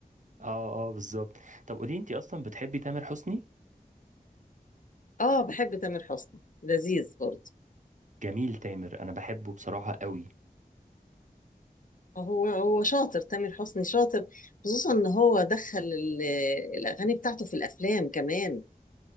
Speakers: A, on the right (about 55°); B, on the left (about 60°).
A: اه اه بالظبط طب قولي انت اصلا بتحبي تامر حسني
B: اه بحب تامر حسني لذيذ برضه
A: جميل تامر انا بحبه بصراحة قوي
B: آه، هو هو شاطر تامر حسني شاطر خصوصا ان هو دخل ال- الاغاني بتاعته في الافلام كمان